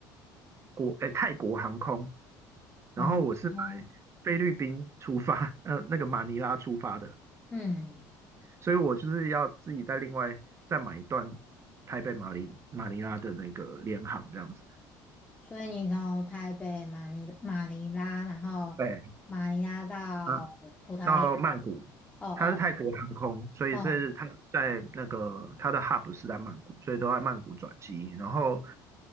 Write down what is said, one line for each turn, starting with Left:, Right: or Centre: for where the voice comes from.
Right: 国哎泰国航空，然后我是买菲律宾出发，
Left: 啊哦，
Right: 呃那个马尼拉出发的，
Left: 嗯，
Right: 所以我就是要自己再另外再买一段台北马尼马尼拉的那个联航这样子。
Left: 所以你从台北马尼马尼拉，然后马尼拉到葡萄牙。
Right: 对啊，到曼谷，
Left: 哦哦
Right: 它是泰国航空，所以是它在那个它的
Left: 哦，
Right: hub 是在曼谷，所以都在曼谷转机。然后，